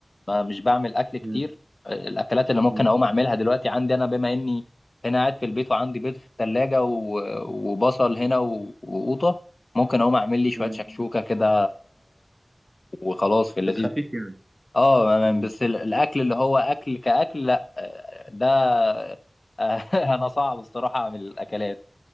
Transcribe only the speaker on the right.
مم.
مم.
مم.
في الخفيف يعني
مم.